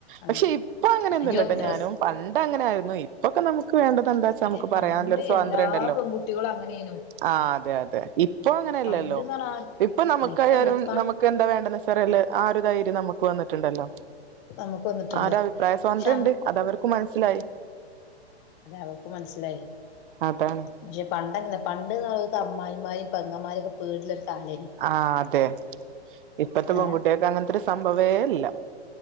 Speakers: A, on the left; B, on the right.
A: ആഹ്
B: പക്ഷെ ഇപ്പൊ അങ്ങനെ ന്നുല്ലട്ട
A: അയ്യോ ഡ്രസ്സ്
B: ഞാനും. പണ്ട് അങ്ങനെ ആയിരുന്നു ഇപ്പൊക്കെ നമുക്ക് വേണ്ടത എന്താ വച്ചാ
A: അതെ
B: നമുക്ക് പറയാ
A: പണ്ട്
B: നല്ലൊരു സ്വാതന്ത്രം
A: എല്ലാ
B: ഉണ്ടല്ലോ.
A: പെൺകുട്ടികളും അങ്ങനെനു
B: ആ അതെ അതെ ഇപ്പൊ അങ്ങനെയല്ലല്ലോ
A: പണ്ട്ന്ന് പറഞ്ഞാ
B: ഇപ്പൊ നമുക്കായാലും
A: ഇപ്പ ഇപ്പ
B: നമുക്ക് എന്താ വേണ്ടെന്നെക്കെ അറിയാള്ളെ ആ ഒരു ധൈര്യം നമുക്ക് വന്നിട്ടുണ്ടല്ലോ
A: നമുക്ക് വന്നിട്ടുണ്ട്
B: ആര അഭിപ്രായ സ്വാതന്ത്ര്യുണ്ട്
A: പക്ഷെ
B: അതവർക്കും മനസ്സിലായി.
A: അത അവക്ക് മനസ്സിലായി
B: അതാണ്
A: പക്ഷെ പണ്ടങ്ങനെ പണ്ട് അവക്ക് അമ്മായിമരും പെങ്ങന്മാരൊക്കെ പേടിള്ള ഒരു കാലേനി
B: ആഹ അതെ ഇപ്പത്തെ പെൺകുട്ടിയേക്
A: ഏ
B: അങ്ങനത്തെരു സംഭവേല്ല.